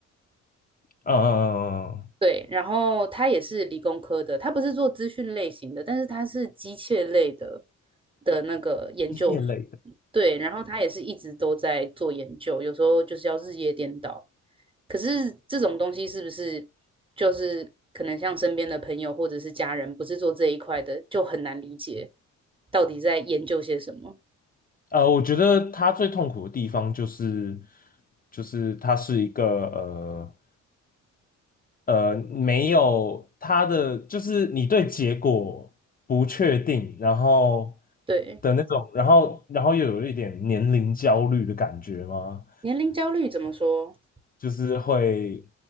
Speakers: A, on the left; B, on the right.
A: 嗯嗯嗯嗯，嗯
B: 对，然后他也是理工科的，他不是做资讯类型的，但是他是机械类的的那个研究所。
A: 机械类的。
B: 对，然后他也是一直都在做研究，有时候就是要日夜颠倒。可是这种东西是不是就是可能像身边的朋友或者是家人不是做这一块的，就很难理解到底在研究些什么？
A: 呃，我觉得他最痛苦的地方就是，就是他是一个呃呃没有他的，就是你对结果不确定，然后
B: 对，
A: 的那种，然后然后又有一点年龄焦虑的感觉吗？
B: 年龄焦虑怎么说？
A: 就是会